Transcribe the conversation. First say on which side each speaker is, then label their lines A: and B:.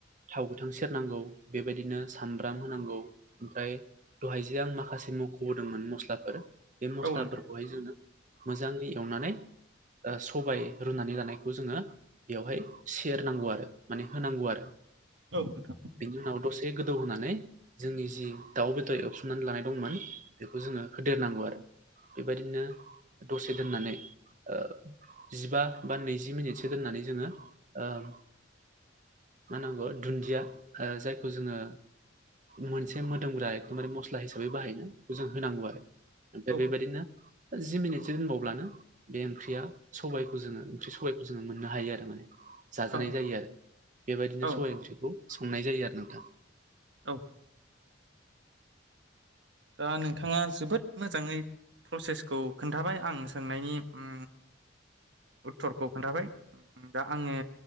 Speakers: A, on the right; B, on the right.
A: थाव गोथां सेरनांगौ बेबायदिनो सामब्राम होनांगौ ओमफ्राय दहाय जे आं माखासे मख'बोदोंमोन मस्लाफोर बे मस्लाफोरखौहाय
B: औ नोंथां
A: जोङो मोजाङै एवनानै सबाय रुनानै लानायखौ जोङो बेवहाय सेरनांगौ आरो माने होनांगौ आरो
B: औ नोंथां औ नोंथां
A: बिनि उनाव दसे ए गोदौ होनानै जोंनि जि दाउ बेदर एवसोमनानै लानाय दंमोन बेखौ जोङो होदेरनांगौ आरो बेबायदिनो दसे दोननानै औ जिबा बा नैजि मिनिटसो दोननानै जोङो़ ओ मा होनांगौ दुन्दिया जायखौ जोङो मोनसे मोदोमग्रा एखकेबारि मस्ला हिसाबै बाहायनो ेबौजंथंदंजों होनांगौ आरो ओमफ्राय
B: औ
A: बेबायदिनो जि मिनिटसो दोनबावब्लानो बे ओंख्रिया सबाइखौ जोङो ओंख्रि सबाइखौ जोङो मोननो हायो आरो माने। जाजानाय
B: औ
A: जायो आरो बेबायदिनो
B: औ
A: सबाइ ओंख्रिखौ संनाय जायो आरो नोंथां।
B: औ दा नोंथाङा जोबोद मोजाङै प्रसेसखौ खोन्थाबाय आं सोंनायनि ओ उत्तरखौ खोन्थाबाय दा आङो